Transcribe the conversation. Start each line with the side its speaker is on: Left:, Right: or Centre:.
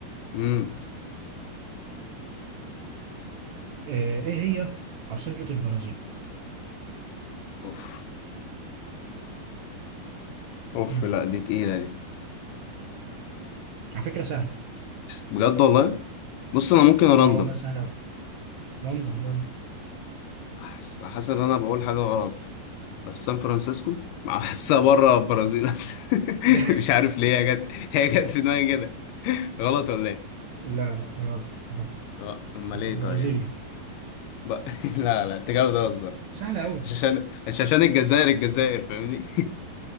Left: امم
Right: آه ايه هي عاصمه البرازيل
Left: اوف اوف
Right: امم
Left: لا دي تقيلة دي
Right: على فكره سهله
Left: بجد والله بص انا ممكن اراندم
Right: اه والله سهله قوي راندوم يلا
Left: احس احس ان انا بقول حاجة غلط بس سان فرانسيسكو <laughs> مع- بحسها بره البرازيل <laughs> اصلا
Right: <laughs> لا
Left: مش عارف ليه هي جت هي جت في دماغي كده غلط ولا ايه
Right: لا لا غلط غلط
Left: لا، امال
Right: غلط
Left: ايه
Right: برازيليا
Left: طيب بقى <laughs> لا لا انت كده بتهزر
Right: سهله قوي
Left: مش عشان مش عشان الجزائر الجزائر فاهمني